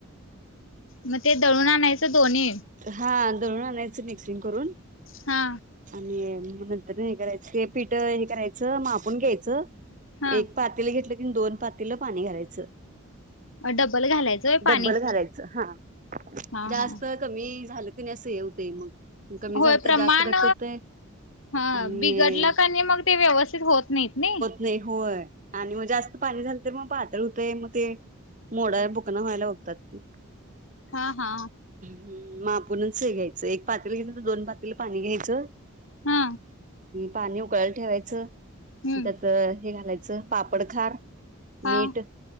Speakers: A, on the left (about 65°); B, on the right (about 35°).
A: म ते दळून आणायचं दोन्ही
B: हा. दळून आणायच मिक्सिंग करून
A: हा.
B: आणि म नंतर काय करायच हे पीठ हे करायच मापून घ्यायचं
A: हा
B: एक पातेलं घेतलं आणि दोन पातेलं पानी घालायचं.
A: डबल घालायचं होय पाणी
B: डब्ब्ल घालायचं. हा,
A: हा
B: जास्त,
A: हा
B: कमी झालं <unintelligible> असं हे व्हते मग कमी
A: होय
B: झाल
A: प्रमाण
B: तर जास्त घट्ट होतंय
A: हा,
B: आणि
A: बिघडलं कां नाही, मग ते व्यवस्थित होत नाहीत. नै?
B: नाही होय आणि मग जास्त पाणी झालं तर मग पातळ होतय म ते मोडायला भुकणं व्हायला होतात ते
A: हा हा.
B: हं मापूनच हे घ्यायचं हाय, एक पातेलं घेतलं तर दोन पातेलं पानी घायच
A: हा.
B: पानी उकळाला ठेवायचं.
A: हम्म
B: त्यात हे घालाय च पापडखार,
A: हा
B: मीठ